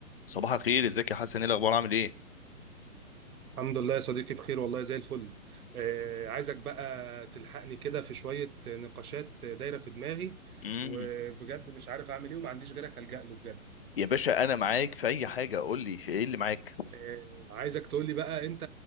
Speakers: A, on the left; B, on the right.
A: صباح الخير ازيك يا حسن ايه الاخبار عامل ايه
B: الحمد لله يا صديقي بخير والله زي الفل آه عايزك بقى تلحقني كده في شوية نقاشات دايرة في دماغي
A: امم
B: وبجد مش عارف أعمل إيه وما عنديش غيرك ألجأ له بجد
A: يا باشا انا معاك في اي حاجه قول لي في ايه اللي معاك
B: آه عايزك تقول لي بقى أنت